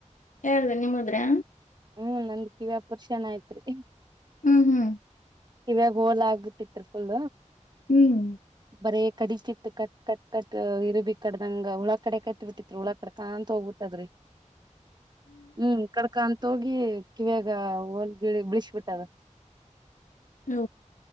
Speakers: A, on the left; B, on the right.
A: ಯಾರ್ದ ನಿಮ್ಮದ್ರೆ
B: ಹ್ಮ್ ನಂದ ಕಿವ ವ್ಯಾಪುರ್ಷನ್ ಆಯತ್ರಿ
A: ಹ್ಮ್ ಹ್ಮ್
B: ಕಿತ್ವಾಗ ಹೋಲ್ ಆಗಿ ಫುಲ್
A: ಹ್ಮ್
B: ಬರೆ ಕಡತಿತ್ತು ಕಟ್ ಕಟ್ ಇರಬಿ ಈ ಕಡದಂಗ ಹ ಉುಳ ಕಡೆ ಕತ್ತತ್ ಬಿಟ್ಟಿತ್ರಿ ಹುಳ ಕಡೆ ಕಾಣಂತತ್ ಹೋಗ್ಬಿಟ್ಟದ್ರಿ ಹ್ಮ್ ಕಡ್ಕೋಂತ ತೋಗಿ ಕಿವ್ಯಾಗ ಹೋಲ್ ಬಿಳಿಸಬಿಟ್ಟದ
A: ಹ